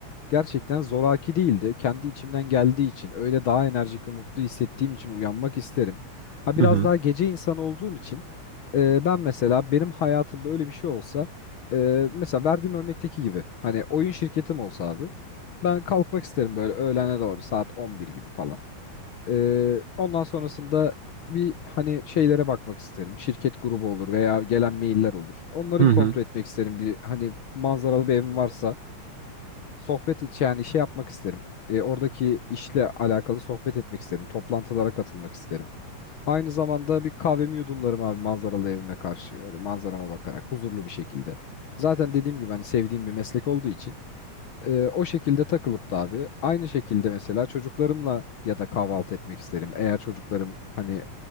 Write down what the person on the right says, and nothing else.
Hı hı.
Hı
hı.